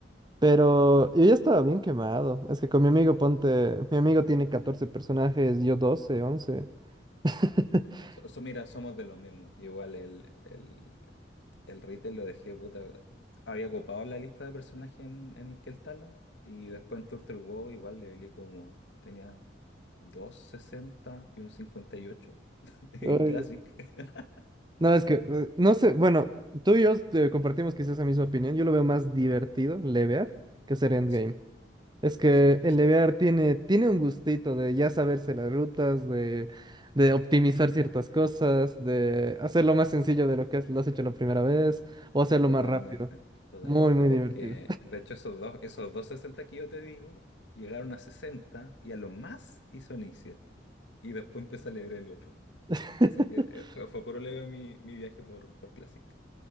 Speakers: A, on the right; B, on the left.
A: pero yo ya estaba bien quemado. Es que con mi amigo, ponte, mi amigo tiene 14 personajes, yo doce once <laughs>
B: So- so- mira, somos de los mismos. Igual el, el, el Retail lo dejé, puta. Había ocupado la lista de personajes en, en el Keltala. Y después en Turtle WoW igual le levelé como. Tenía 260 y un 58 <laughs> en
A: Uy,
B: Classic. <laughs>
A: No, es que, eh, no sé, bueno, tú y yo eh, compartimos quizás esa misma opinión. Yo lo veo más divertido, levear, que hacer endgame.
B: Sí,
A: Es que
B: pues sí,
A: el levear tiene, tiene un gustito de ya saberse las rutas, de, de optimizar ciertas cosas, de hacerlo más sencillo de lo que has- lo has hecho la primera vez, o hacerlo
B: Totalmente,
A: más rápido.
B: totalmente,
A: Muy, muy
B: porque
A: divertido.
B: de hecho esos dos, esos dos 60 que yo te digo, llegaron a 60 y a lo más hizo Nixia. Y después empecé a leer el otro.
A: <laughs>
B: Así que eh, fue, fue por leve mi, mi viaje por, por Classic.